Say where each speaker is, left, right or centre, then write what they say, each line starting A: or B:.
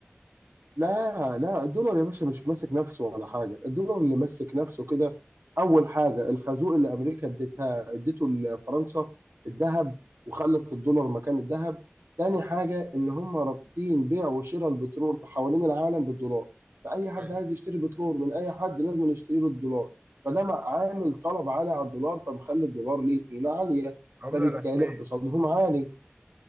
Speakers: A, on the right; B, on the right.
A: لا لا الدولار يا باشا مش ماسك نفسه ولا حاجة الدولار اللي ماسك نفسه كده أول حاجة الخازوق اللي أمريكا اديتها اديته لفرنسا في الذهب وخلت الدولار مكان الذهب تاني حاجة إن هم رابطين بيع وشراء البترول حوالين العالم بالدولار فأي حد
B: أيوة.
A: عايز يشتري بترول من أي حد لازم يشتريه بالدولار فده مع- عامل طلب عالي على الدولار فمخلي الدولار ليه قيمة عالية
B: عملة
A: فبالتالي
B: رسمية
A: اقتصادهم عالي